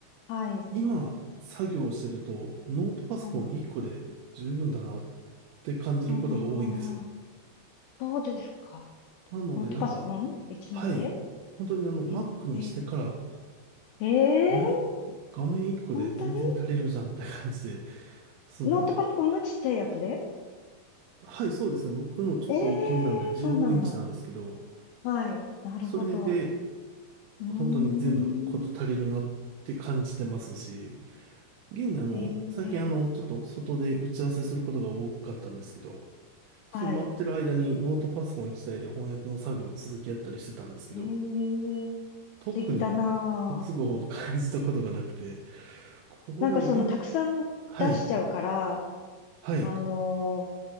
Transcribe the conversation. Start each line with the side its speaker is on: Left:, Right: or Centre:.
Left: はい、
Right: 今、作業をしてると、ノートパソコン1個で十分だなっ
Left: はい。
Right: て感じることが多いんですよ。
Left: ああ、そうですか。
Right: なので、
Left: ノートパソコン一枚で
Right: なんか、はい、本当にあの、Mac
Left: えー、
Right: にしてから、
Left: えー、
Right: あれ、画面1個で全然足りるじゃんって感じで、
Left: 本当に
Right: その、
Left: ノートパソコンのちっちゃいやつで
Right: はい、そうですね。僕のちょっと大きめなんで15インチなんですけど、
Left: ええー、そうなんだ。はい、なるほど。
Right: それで、
Left: うーん、
Right: 本当に全部事足りるなって感じてますし、現にあの、
Left: ええー、
Right: 最近あの、ちょっと外で打ち合わせすることが多かったんですけど、その待ってる間にノートパソコン一台で翻訳の作業を続けやったりしてたんですけど、
Left: はい、ええー、
Right: 特に不都合を感じたことがなくて、
Left: 素敵だなあ。
Right: これウィン、
Left: なんかその、たくさん出しちゃうから、
Right: はい、はい、
Left: あのー